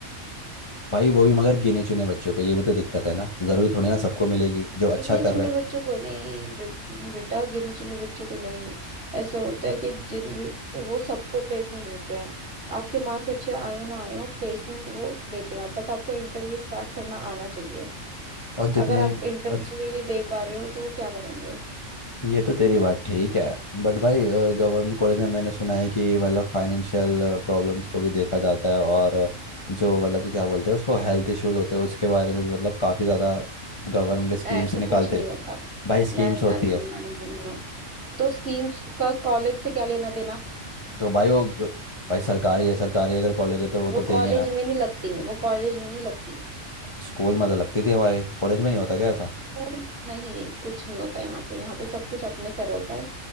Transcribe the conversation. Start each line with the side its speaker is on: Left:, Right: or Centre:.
Left: भाई वो भी मगर गिने चुने बच्चों को ये भी तो दिक्कत है ना ज़रूरी थोड़ी ना सबको मिलेगी जो
Right: गिने
Left: अच्छा कर
Right: चुने
Left: रहा है
Right: बच्चों को नहीं बे, बेटा गिने चुने बच्चों को नहीं ऐसा होता है कि जिन भी- वो सबको प्लेसमेंट देते हैं आपके मार्क्स अच्छे आए हो ना आए हो प्लेसमेंट वो देते हैं बस आपको इंटरव्यू क्रैक करना आना चाहिए
Left: और
Right: अगर
Left: जितने
Right: आप इंटरव्यू
Left: अच्छा
Right: ही नहीं दे पा रहे हो तो वो क्या करेंगे
Left: ये तो तेरी बात ठीक है बट भाई गवर्नमेंट कॉलेज में मैंने सुना है कि मतलब फाइनेंशियल प्रॉब्लम्स को भी देखा जाता है और जो मतलब कि क्या बोलते हैं उसको हेल्थ इश्यूज होते हैं उसके बारे में भी मतलब काफ़ी ज़्यादा गवर्नमेंट स्कीम्स
Right: ऐसा
Left: निकालते
Right: कुछ नहीं
Left: रहे
Right: होता
Left: भाई स्कीम्स
Right: ना ना
Left: होती
Right: ना
Left: है
Right: ना ना ना तो स्कीम्स का कॉलेज से क्या लेना देना
Left: तो भाई वो ग- भाई सरकारी है सरकारी अगर कॉलेज है तो वो
Right: वो
Left: तो
Right: कॉलेज
Left: देंगे ना
Right: में नहीं लगती वो कॉलेज में नहीं लगती
Left: स्कूल में तो लगती थी हमारे कॉलेज में नहीं होता क्या ऐसा
Right: स्कूल नहीं कुछ नहीं होता यहाँ पे यहाँ पे सब कुछ अपने सर होता है